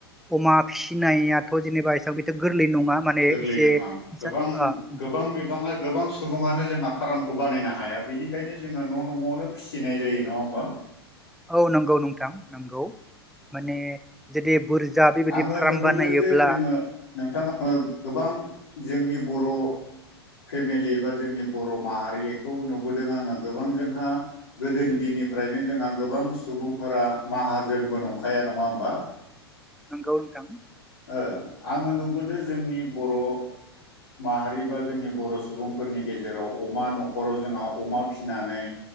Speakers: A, in the centre; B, on the left.
A: अमा फिसिनायाथ' जेनेबा <unintelligible> गोरलै नङा माने
B: गोरलै
A: एसे
B: नङा
A: <unintelligible>
B: गोबां गोबां बिबाङा गोबां सुबुङानो जोंहा फारामखौ बानायनो हाया बेनिखायनो जोङो न' न'आवनो फिसिनाय जायो नङा ओमबा?
A: औ नोंगौ नोंथां नोंगौ माने जुदि बुरजा बेबायदि
B: आङो
A: फार्म
B: नुबोदों
A: बानायोब्ला
B: जे जोङो नोंथाङा गोबां जोंनि बर' फेमिलि बा जोंनि बर' माहारिखौ नुबोदों आङो गोबां जोंहा गोदोनि दिन निफ्रायनो जोंहा गोबां सुबुंफोरा माहाजोनबो नंखाया नङा ओमबा?
A: नोंगौ नोंथां।
B: ओ आङो नुबोदों जोंनि बर' माहारि बा जोंनि बर' सुबुंफोरनि गेजेराव अमा न'खराव जोंहा अमा फिसिनानै